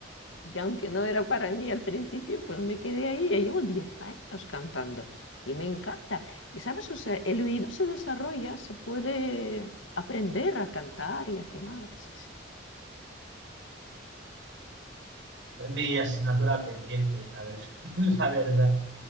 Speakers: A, on the left; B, on the right.
A: que aunque no era para mí al principio, pues me quedé ahí. Ya llevo 10 años cantando y me encanta. Y sabes, o sea, el oído se desarrolla, se puede aprender a cantar y afinar. Sí, sí.
B: mi asignatura pendiente, la verdad. <laughs> La verdad.